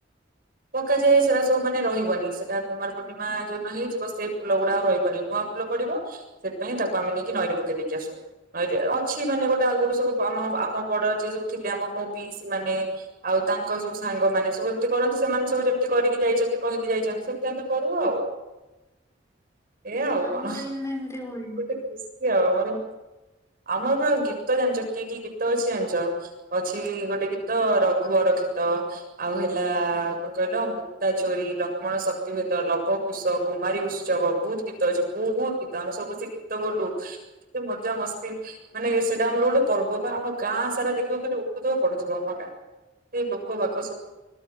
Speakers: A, on the right (about 50°); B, on the left (about 15°).
A: ପକାଯାଏ ସେଟା ସବୁମାନେ ରହିବନି ସେଟାୁମାର ପୂର୍ଣ୍ଣିମା ଯୋଉ ନ ହେଇଯିବ ସେ ଫୁଲ ଗୁଡା ଆଉ ରହିବନି ନୂଆ ଲ ପଡିବ ସେଥିପାଇଁ ତାକୁ ଆମେ ନେଇକି ନଈରେ ପକେଇ ଦେଇକି ଆସୁ ନଈରେ ଅଛି ମାନେ ଗୋଟେ ତ ଆଗରୁ ସବୁ ଆମ ଆମ ବଡ ଯିଏ ସବୁ ଥିଲେ ଆମ ମୋ ପିଇସି ମାନେ ଆଉ ତାଙ୍କ ସବୁ ସାଙ୍ଗମାନୋନେ ସବୁ ଏମତି କରନ୍ତି ସେମାନେ ସବୁ ଯେମତି କରିକି ଯାଇଛନ୍ତି କହିକି ଯାଇଛନ୍ତି ସେମତି ଆମେ କରୁ ଆଉ ଏଇ ଆଉ
B: ଆମର
A: କଣ
B: କିନ୍ତୁ ଏମିତି ହୁଏନି
A: ଗୋଟେ ଖୁସି ଆଉ ମେ ଆମର ପୁରା ଗୀତ ଜାଣିଛ କିଏ କି ଗୀତ ଅଛି ଜାଣିଛ ଅଛି ଗୋଟେ ଗୀତ ରଘୁଅର ଗିତ ଆଉ ହେଲା କ କହିଲ ମୁକ୍ତା ଚୋରୀ ଲକ୍ଷ୍ମଣ ଶକ୍ତିଭେଦ ଲବ କୁଶ କୁମାରୀ ଉତ୍ସବ ବହୁତ ଗୀତଅଛି ବହୁତ ଗୀତ ଆମେ ସବୁ ସେ ଗୀତ ବୋଲୁ କେତେ ମଜା ମସ୍ତି ମାନେ ସେଇଟା ଆମର ଗୋଟେ ପର୍ବପା ଆମ ଗାଁ ସାରା ଦେଖିବା ଖାଲି ଉଠୁଦବ ପଡୁଥିବ ଆମ ଗାଁ ସେ ଲୋକ ବାକ ସବୁ